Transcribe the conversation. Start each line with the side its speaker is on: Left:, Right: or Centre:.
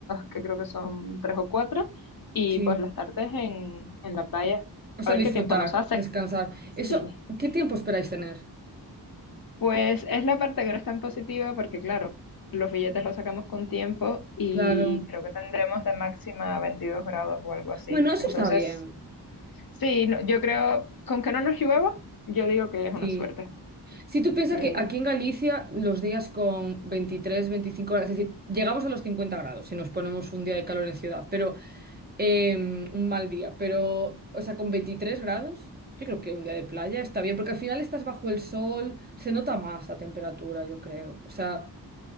Left: que creo que son tres o cuatro, y
Right: sí.
Left: pues las tardes en, en la playa.
Right: O sea,
Left: A ver qué
Right: disfrutar,
Left: tiempo nos hace.
Right: descansar.
Left: Sí.
Right: Eso, ¿qué tiempo esperáis tener?
Left: Pues es la parte que no es tan positiva porque, claro, los billetes los sacamos con tiempo y
Right: Claro.
Left: creo que tendremos de máxima 22 grados o algo así.
Right: Bueno, eso
Left: Entonces,
Right: está bien.
Left: sí, no- yo creo, con que no nos llueva, yo digo que es una
Right: Sí.
Left: suerte,
Right: Si tú piensas
Left: que
Right: que aquí en Galicia los días con 23 25 grados, es decir, llegamos a los 50 grados si nos ponemos un día de calor en ciudad, pero eh, un mal día, pero, o sea, con 23 grados, yo creo que un día de playa está bien, porque al final estás bajo el sol, se nota más la temperatura, yo creo. O sea,